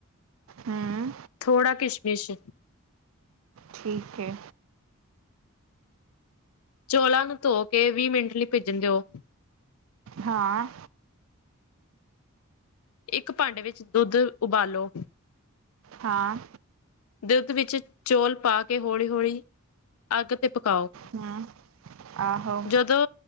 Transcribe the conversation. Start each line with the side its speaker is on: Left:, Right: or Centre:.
Right: ਹਮ
Left: ਥੋੜਾ ਕਿਸ਼ਮਿਸ਼,
Right: ਠੀਕ ਹੈ
Left: ਚੋਲਾਂ ਨੂੰ ਧੋ ਕੇ ਵੀਹ ਮਿੰਟ ਲਈ ਭਿੱਜਣ ਦਿਓ
Right: ਹਾਂ
Left: ਇੱਕ ਭਾਂਡੇ ਵਿੱਚ ਦੁੱਧ ਉਬਾਲੋ
Right: ਹਾਂ
Left: ਦੁੱਧ ਵਿੱਚ ਚੌਲ ਪਾ ਕੇ ਹੌਲੀ ਹੌਲੀ ਅੱਗ ਤੇ ਪਕਾਓ
Right: ਹੂੰ ਆਹੋ
Left: ਜਦੋਂ